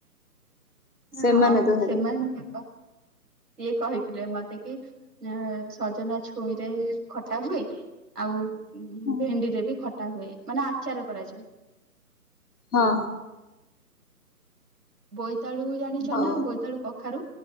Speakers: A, on the left (about 70°); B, on the right (about 85°).
A: ସେମାନେ
B: ହଁ
A: ତ ହେଲେ
B: ସେମାନ <unintelligible> ସିଏ କହିଥିଲେ ମତେ କି ସଜନା ଛୁଇଁରେ ଖଟା ହୁଏ। ଆଉ
A: ହଁ
B: ଭେଣ୍ଡିରେ ବି ଖଟା ହୁଏ ମାନେ ଆଚାର କରାଯାଏ।
A: ହଁ।
B: ବୋଇତାଳୁ ଜାଣିଛ
A: ହଉ
B: ନା ବୋଇତାଳୁ କଖାରୁ